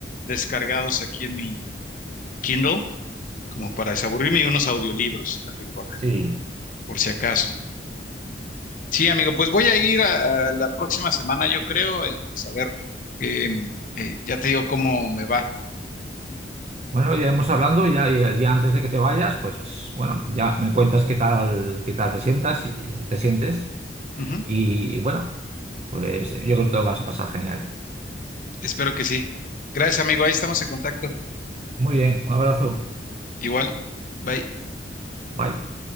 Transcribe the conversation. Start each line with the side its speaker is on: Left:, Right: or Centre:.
Left: descargados aquí en mi Kindle como para desaburrirme y unos audiolibros ahí por,
Right: Sí.
Left: por si acaso. Sí, amigo, pues voy a ir a, a la próxima semana, yo creo, y pues a ver, eh, eh, ya te digo cómo me va.
Right: Bueno, iremos hablando y ya y el día antes de que te vayas, pues bueno, ya me cuentas qué tal, qué tal te sientas, y- te sientes.
Left: Ujú,
Right: Y bueno, pues yo creo que te lo vas a pasar genial.
Left: Espero que sí. Gracias, amigo, ahí estamos en contacto.
Right: Muy bien, un abrazo.
Left: Igual, bye.
Right: Bye.